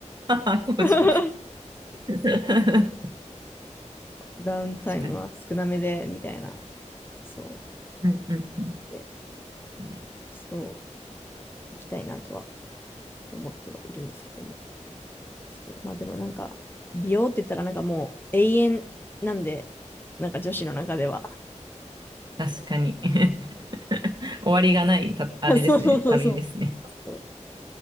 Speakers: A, on the right; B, on the left.
A: あ、工事。
B: <laughs>
A: <laughs> 確
B: ダウンタイムは少なめで、
A: かに。
B: みたいな。そ
A: うん、うん、うん。
B: う。で、
A: いいです
B: そう。行きたいなとは思ってはいるんですけども。そうまあでもなんか、美容って言ったらなんかもう永遠なんで、なんか女子の中では。
A: 確かに。<laughs> 終わりがないた、あれですね。
B: <laughs> そうそうそうそう。
A: 旅ですね。
B: そ